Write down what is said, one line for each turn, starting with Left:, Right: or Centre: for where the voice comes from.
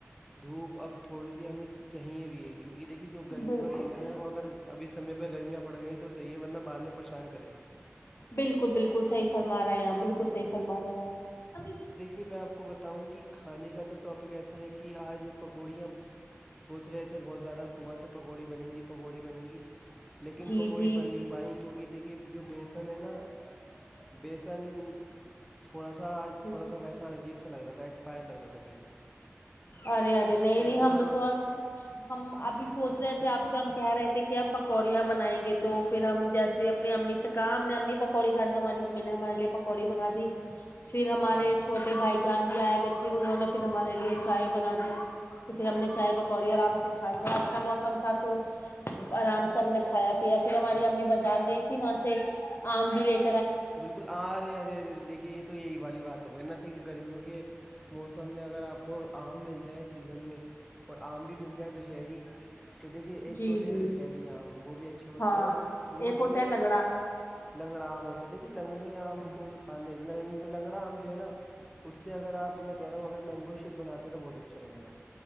Centre: دھوپ اب تھوڑی سی ہمیں چاہیے بھی کیونکہ دیکھئے جو گرمیوں
Left: بالکل
Centre: کا سیزن ہے وہ اگر اب اس سمے پہ گرمیاں پڑھ گیی تو سہی ہے ورنہ بعد میں پریشان کرے گا
Left: بالکل بالکل صحیح فرما رہے آپ بالکل صحیح فرما رہے ہیں آپ
Centre: کہ میں آپ کو بتاؤں کہ کھانے کا تو ٹاپک ایسا ہے کہ آج پکوڑیاں سوچ رہے تھے بہت زیادہ صبح سے پکوڑی بنیں گی پکوڑی بنیں گی لیکن
Left: جی
Centre: پکوڑی
Left: جی
Centre: بن نہیں پائی کیونکہ دیکھیے جو بیسن ہے نا بیسن تھوڑا سا آج
Left: جی
Centre: تھوڑا
Left: جی
Centre: سا ویسا جیب س لگ رہا تھا ایکسپائر لگ رہا تھا بی
Left: ارے ارے نہیں نہیں
Centre: جو
Left: ہم تو آج ہم ابھی سوچ رہے تھے آپ سے ہم کہہ رہے تھے کہ ہم پکوڑیاں بنائیں گے تو پھر ہم جیسے اپنی امی سے کہا ہم نے امی پکوڑی کہانی تو ہماری امی نے ہمارے لیے پکوڑی بنا دی پھر ہمارے
Centre: جی
Left: چھوٹے بھائی جان بھی آئے ہوئے تھے انہوں نے پھر ہمارے لیے چائے بنا دی تو پھر ہم نے چائے پکوڑی آرام سے کھا لی ب اچھا موسم تھا تو آرام سے ہم نے کھایا پیا پھر ہماری
Centre: جی
Left: امی
Centre: جی
Left: بازار
Centre: جی
Left: گئی تھی وہاں سے آم بھی لے کے
Centre: بالکل آ ارے ارے ارے دیکھیے یہ تو یہی والی بات ہوگئی نہ تو کہ گرمیوں کے موسم میں اگر آپ کو آم مل جائےیں اس سیزن میں اور آم بھی مل جائیں دشہری تو دیکھیے ایک
Left: جی
Centre: تو ہوتے
Left: جی
Centre: ہیں دشہرے عام وہ بھی اچھے ہوتے
Left: ہاں
Centre: ہیں وہ وہ
Left: ایک
Centre: جیسے
Left: ہوتا ہے لگڑا
Centre: لنگڑا آم ہوتا ہے دیکھیے لنگڑے آم کو جو کھانے لنگڑا آم جو ہے نا اس سے اگر آپ میں کہہ رہا ہوں اگر مینگو شیک بنے ہیں تو بہت اچھا بنے گا